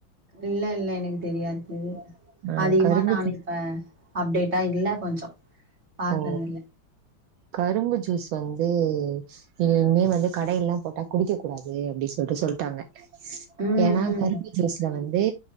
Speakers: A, on the right; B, on the right.
A: இல்ல இல்ல எனக்கு தெரியாது
B: ஆ
A: அதிகமா
B: கரும்பு
A: நான்
B: ஜூஸ்
A: இப்ப அப்டேட்டா இல்ல கொஞ்சோ பாக்குறதில்ல
B: ஓ கரும்பு ஜூஸ் வந்து நீங்க இனிமே வந்து கடையுலெல்லா போட்டா குடிக்க கூடாது அப்டி சொல்ட்டு சொல்ட்டாங்க
A: ம்
B: ஏன்னா
A: ம்
B: கரும்பு ஜூஸ்ல வந்து